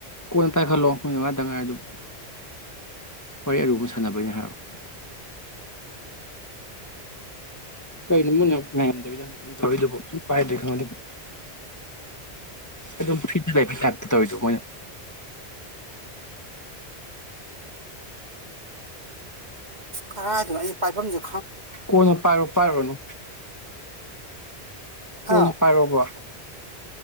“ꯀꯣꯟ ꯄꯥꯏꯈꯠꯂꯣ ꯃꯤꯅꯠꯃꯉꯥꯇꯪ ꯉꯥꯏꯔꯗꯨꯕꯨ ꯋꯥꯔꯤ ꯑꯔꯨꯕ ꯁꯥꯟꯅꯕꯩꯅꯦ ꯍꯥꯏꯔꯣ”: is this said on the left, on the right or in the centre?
Left